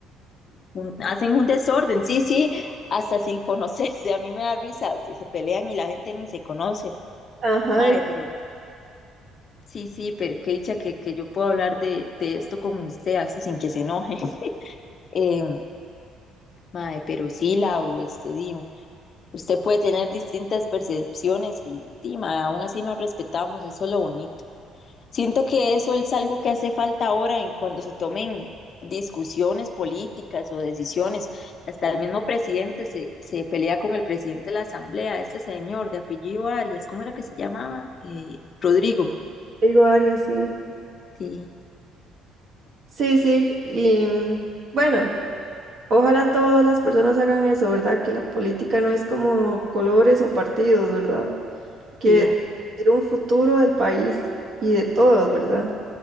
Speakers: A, on the left (about 40°); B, on the right (about 50°).
A: un- hacen un desorden, sí, sí, hasta sin conocerse. A mí me da risa que se pelean y la gente ni se conoce.
B: Ajá,
A: Mae,
B: es
A: pero sí, sí, pero qué dicha que, que yo puedo hablar de, de esto con usted así sin que se enoje. <laughs> Eh, mae, pero sí, Lau, este, di, usted puede tener distintas percepciones y, di, mae, aún así nos respetamos, eso es lo bonito. Siento que eso es algo que hace falta ahora en cuando se tomen discusiones políticas o decisiones. Hasta el mismo presidente se, se pelea con el presidente de la asamblea, este señor de apellido Arias, ¿cómo era que se llamaba? Eh, Rodrigo.
B: digo Arias, sí.
A: Sí,
B: Sí, sí, y mm, bueno, ojalá todas las personas hagan eso, ¿verdad? Que la política no es como colores o partidos, ¿verdad? Que
A: sí.
B: es un futuro del país y de todos, ¿verdad?